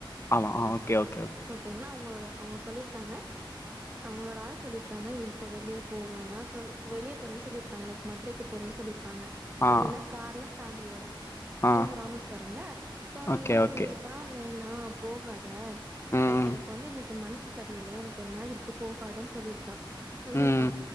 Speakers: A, on the left; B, on the right.
A: ஆமா ஆ ஓகே ஓக்
B: ஓகேங்ளா அவங்க அவங்க சொல்லிருக்காங்க அவங்களோட ஆள் சொல்லிருக்காங்க இப்ப வெளியே போவேன்னா சொ இப்ப வெளியே போறேன்னு சொல்லிருக்காங்க லைக் மதுரைக்கு போறேன் சொல்லியிருக்காங்க
A: ஆ
B: எதுல கார்ல ஃபேமிலியோட
A: ஆ
B: இவுங்க ராமேஸ்வரம்ல சோ
A: ஓகே
B: இவ
A: ஓகே
B: சொல்லியிருக் கா வேணா போகாத
A: ம்
B: லைக் எனக்கு வந்து இன்னைக்கு மனசு சரியில்ல எனக்கு ஒரு மாதிரி இருக்கு போகாதன் சொல்லியிருக்கா சொல்லியிருக்கா
A: ம்